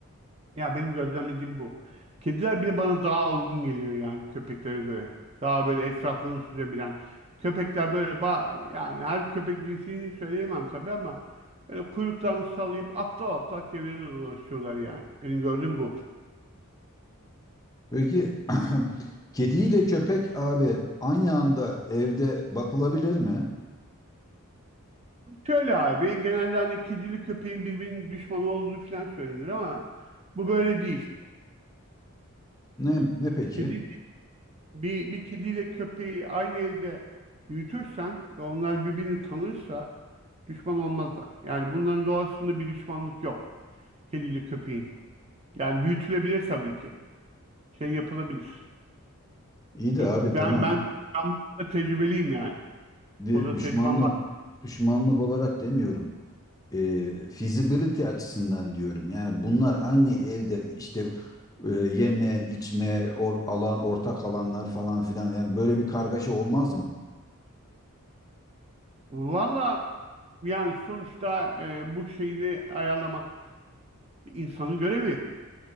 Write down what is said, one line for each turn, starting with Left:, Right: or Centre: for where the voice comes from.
Right: Ya benim gözlemlediğim bu. Kediler bile bana daha olgun geliyor yani köpeklere göre. Daha böyle etrafını süzebilen. Köpekler böyle ba- yani her köpek cinsini söyleyemem tabii ama böyle kuyruklarını sallayıp aptal aptal çevrede dolaşıyorlar yani. Benim gördüğüm bu.
Left: Peki <clears throat> kediyle köpek abi aynı anda evde bakılabilir mi?
Right: Şöyle abi genelde hani kedili köpeğin birbirinin düşmanı olduğu falan söylenir ama bu böyle değil.
Left: Ne ne peki?
Right: Kedi bir, bir kediyle köpeği aynı evde büyütürsen ve onlar birbirini tanırsa düşman olmazlar. Yani bunların doğasında bir düşmanlık yok. Kediyle köpeğin. Yani büyütülebilir tabii ki. Şey yapılabilir.
Left: İyi de
Right: Ee,
Left: abi
Right: Ben
Left: tamam.
Right: ben ben bu konuda tecrübeliyim yani.
Left: Bir
Right: Bu Konuda
Left: düşmanlık
Right: tecrübem var.
Left: düşmanlık olarak demiyorum. Ee, feasibility açısından diyorum. Yani bunlar aynı evde işte e, yeme, içme, or- alan ortak alanlar falan filan. Yani böyle bir kargaşa olmaz mı?
Right: Valla yani sonuçta e, bu şeyi de ayarlamak bir insanın görevi.